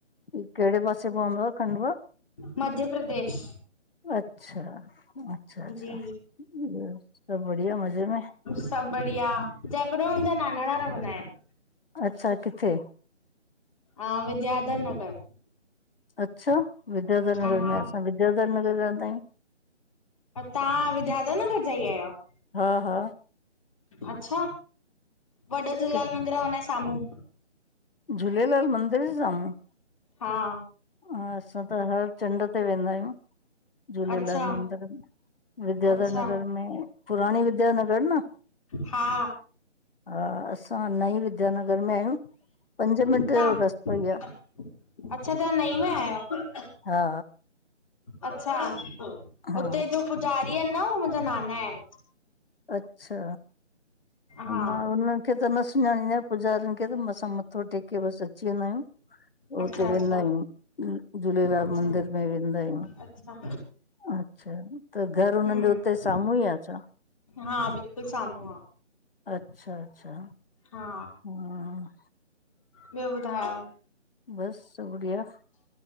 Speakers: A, on the left (about 50°); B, on the left (about 25°).
A: ई केड़े पासे पवंदो आ खंडवा?
B: मध्य प्रदेश।
A: अच्छा अच्छा अच्छा
B: जी
A: ॿियो सभु बढ़िया मज़े में।
B: सभु बढ़िया जयपुर में मुंजा नानाणा रवंदा ऐंनि।
A: अच्छा किथे?
B: हा विद्याधर नगर
A: अच्छा विद्याधर नगर
B: हा हा
A: में असां विद्याधर नगर जा त आहियूं।
B: तहां विद्याधर नगर जा ई अहियो।
A: हा हा।
B: अच्छा वॾो झूलेलाल
A: कि
B: मंदिर आ हुन जे साम्हूं।
A: झूलेलाल मंदिर जे साम्हूं।
B: हा।
A: हा असां त हर चंड ते वेंदा आहियूं झूलेलाल
B: अच्छा
A: मंदर में। विद्याधर
B: अच्छा
A: नगर में पुराणी विद्यानगर न।
B: हा।
A: हा असां नई विद्यानगर में आहियूं पंज
B: तव्हां
A: मिंट जो रस्तो ई आ।
B: अच्छा तहां नई में आहियो?
A: हा।
B: अच्छा! हुते
A: हा
B: जो पुॼारी आहिन न हू मुंजा नाना आहिन।
A: अच्छा,
B: हा
A: मां हुन त न सुञाणींदा आंयूं पुजारनि खे त, असां मथो टेके बस अची वेंदा आयूं।
B: अच्छा
A: हुते
B: अच्छा
A: वेंदा आहियूं, झूलेलाल
B: अच्छा
A: मंदिर में वेंदा आहियूं।
B: अच्छा
A: अच्छा त घर हुननि
B: हम्म
A: जो उते साम्हूं ई आ छा?
B: हा बिल्कुलु साम्हूं आ।
A: अच्छा- अच्छा!
B: हा
A: हा
B: ॿियो ॿुधायो?
A: बस बढ़िया।